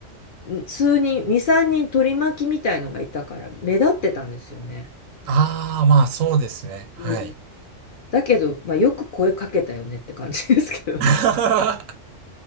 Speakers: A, on the left; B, on the right.
A: ん数人、2、3人取り巻きみたいのがいたから、目立ってたんですよね。
B: ああ、まあ、そうですね。はい。
A: うん。だけど、まあ、よく声かけたよねって感じですけどね。
B: <laughs>